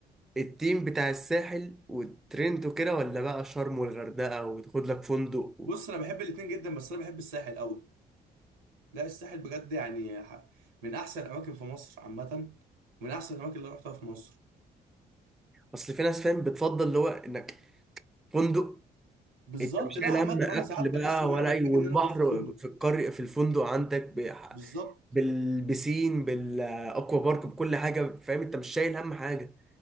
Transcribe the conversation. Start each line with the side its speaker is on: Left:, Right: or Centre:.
Centre: التيم بتاع الساحل والترند وكده ولا بقى شرم والغردقة وتاخد لك فندق و...
Right: بص انا بحب الاتنين جدا بس انا بحب الساحل قوي لا الساحل بجد يعني ح- من احسن الاماكن في مصر عامه من احسن الاماكن اللي رحتها في مصر
Centre: أصل في ناس فاهم بتفضل اللي هو إنك فندق
Right: بالظبط
Centre: انت مش
Right: لا
Centre: شايل
Right: عامه
Centre: هم اكل
Right: انا ساعات بحس
Centre: بقى
Right: ان
Centre: ولا
Right: انا محتاج
Centre: اي والبحر
Right: ان انا اقعد في فندق
Centre: في القرية في الفندق عندك ب-
Right: بالظبط
Centre: بالبسين بالاكوا بارك بكل حاجه فاهم انت مش شايل هم حاجه